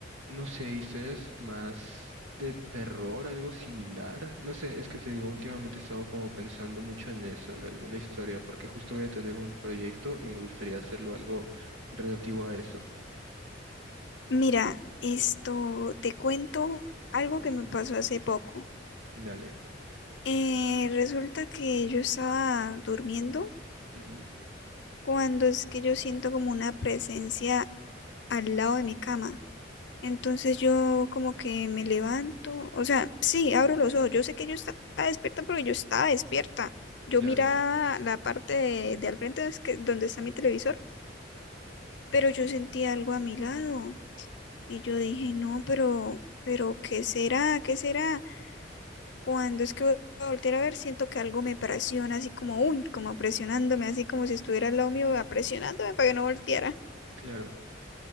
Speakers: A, on the right (about 80°); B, on the left (about 65°).
A: no sé, historias más de terror, algo similar. No sé, es que te digo, últimamente he estado como pensando mucho en eso, en alguna historia, porque justo voy a tener un proyecto y me gustaría hacerlo algo relativo a eso.
B: Mira, esto te cuento algo
A: Ujú,
B: que me pasó hace poco.
A: Dale.
B: Eh, resulta que yo estaba durmiendo
A: ujú,
B: cuando es que yo siento como una presencia al lado de mi cama. Entonces yo como que me levanto, o sea, sí, abro los ojos. Yo sé que yo estaba despierta porque yo estaba despierta. Yo
A: Claro.
B: miraba la parte de, de al frente es que- donde está mi televisor pero yo
A: ujú,
B: sentí algo a mi lado y yo dije, no, pero, pero, ¿qué será? ¿Qué será? Cuando es que voy a voltear a ver, siento que algo me presiona, así como, uy, como presionándome, así como si estuviera al lado mío, ah, presionándome para que no volteara.
A: Claro.